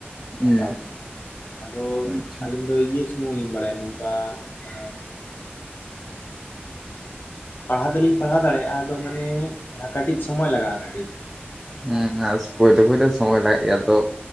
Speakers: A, in the centre; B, on the left (about 50°).
A: ᱦᱩᱸ
B: ᱦᱟᱛᱟᱣ ᱫᱚ ᱟᱫᱚ
A: ᱟᱪᱪᱷᱟ
B: ᱟᱹᱞᱤᱧ ᱫᱚ ᱤᱭᱟᱹ ᱥᱩᱢᱩᱝ ᱞᱤᱧ ᱵᱟᱰᱟᱭᱟ ᱱᱚᱝᱠᱟ ᱮ ᱯᱟᱲᱦᱟᱣ ᱫᱚᱞᱤᱧ ᱯᱟᱲᱦᱟᱣ ᱫᱟᱲᱮᱭᱟᱜᱼᱟ ᱟᱫᱚ ᱢᱟᱱᱮ ᱦᱮᱸ ᱠᱟᱹᱴᱤᱡ ᱥᱚᱢᱚᱭ ᱞᱟᱜᱟᱜᱼᱟ ᱠᱟᱹᱴᱤᱡ
A: ᱦᱩᱸ ᱟ ᱯᱳᱭᱞᱳ ᱯᱚᱭᱞᱳ ᱥᱚᱢᱚᱭ ᱞᱟᱜᱟᱭᱟ ᱛᱚ